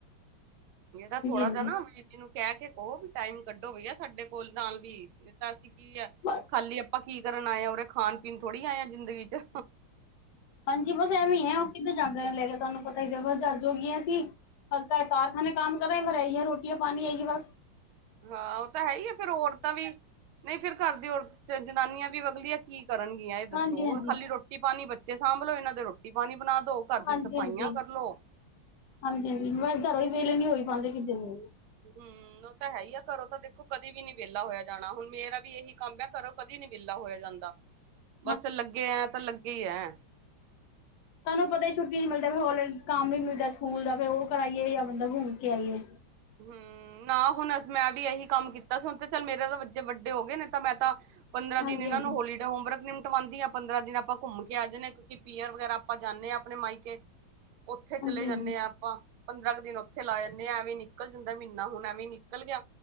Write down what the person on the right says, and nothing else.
ਇਹ ਤਾਂ ਥੋੜਾ
ਜਾ ਨਾ ਬਿਜਲੀ ਨੂੰ ਕਹਿ ਕੇ ਕਹੋ ਵੀ ਟਾਈਮ ਕੱਢੋ ਵੀ ਆ ਸਾਡੇ ਕੋਲ ਨਾਲ ਵੀ। ਨਹੀਂ ਤਾਂ ਅਸੀਂ ਕੀ ਹੈ
ਖਾਲੀ ਆਪਾਂ ਕੀ ਕਰਨ ਆਏ ਹਾਂ ਉਰੇ ਖਾਣ ਪੀਣ ਥੋੜ੍ਹੀ ਆਏ ਹਾਂ ਜ਼ਿੰਦਗੀ ਚ
ਹਾਂ ਉਹ ਤਾਂ ਹੈ ਹੀ ਆ ਫੇਰ ਔਰਤਾਂ ਵੀ ਨਹੀਂ ਫਿਰ ਘਰ ਦੀ ਔਰ ਜਨਾਨੀਆਂ ਵੀ ਅਗਲੀਆਂ ਕੀ ਕਰਨਗੀਆਂ ਇਹ ਦੱਸੋ
ਹੋਰ ਖਾਲੀ ਰੋਟੀ ਰੋਟੀ ਪਾਣੀ ਬੱਚੇ ਸਾਂਭ ਲੋ ਇਹਨਾਂ ਦੇ ਰੋਟੀ ਪਾਣੀ ਬਣਾ ਦੋ ਘਰ
ਦੀ ਸਫਾਈਆਂ
ਕਰਲੋ
ਹਮ ਤਾਂ ਹੈ ਹੀ ਆ ਘਰੋਂ ਤਾਂ ਦੇਖੋ ਕਦੇ ਵੀ ਨੀ ਵਿਹਲਾ ਹੋਇਆ ਜਾਣਾ ਹੁਣ ਮੇਰਾ ਵੀ ਇਹੀ ਕੰਮ ਹੈ। ਘਰੋ ਕਦੇ ਨੀ ਵਿਹਲਾ ਹੋਇਆ ਜਾਂਦਾ।
ਬਸ ਲੱਗੇ ਆ ਤਾਂ ਲੱਗੇ ਹੀ ਹੈ
ਹਮ ਨਾ ਹੁਣ ਮੈਂ ਵੀ ਇਹੀ ਕੰਮ ਕੀਤਾ ਸੀ ਹੁਣ ਤੇ ਚੱਲ ਮੇਰੇ ਤਾਂ ਬੱਚੇ ਵੱਡੇ ਹੋ ਗਏ ਨੇ ਤਾਂ ਮੈਂ ਤਾਂ ਪੰਦਰਾਂ
ਦਿਨ ਇਹਨਾਂ
ਨੂੰ ਹੋਲੀ ਹੋਮਵਰਕ ਨਿਮਟਵਾਉਂਦੀ ਹ ਪੰਦਰਾਂ ਦਿਨ ਆਪਾਂ ਘੁੰਮ ਕੇ ਆ ਜਾਂਦੇ ਹ ਕਿਉਂਕਿ ਪੀਅਰ ਵਗੈਰਾ ਆਪਾਂ ਜਾਂਦੇ ਹ ਆਪਣੇ ਮਾਈਕੇ
ਉੱਥੇ ਚਲੇ
ਜਾਂਦੇ ਹਾਂ ਆਪਾਂ ਪੰਦਰਾਂ ਕੁ ਦਿਨ ਉੱਥੇ ਲਾ ਜਾਂਦੇ ਆ ਐ ਵੀਂ ਨੀ। ਨਿਕਲ ਜਾਂਦਾ ਮਹੀਨਾ ਹੁਨ ਐਵੇਂ ਨਿਕਲ ਗਿਆ,